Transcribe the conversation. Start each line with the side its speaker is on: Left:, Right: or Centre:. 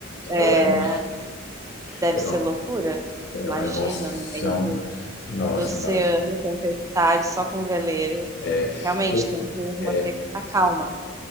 Right: é,
Left: é, uma, emo-
Right: deve
Left: é,
Right: ser
Left: uma,
Right: loucura.
Left: é
Right: Imagina,
Left: uma emoção.
Right: no meio
Left: Nossa,
Right: do oceano,
Left: nossa.
Right: tempestade, só com veleiro.
Left: É,
Right: Realmente,
Left: o-
Right: tem que
Left: é,
Right: manter a calma.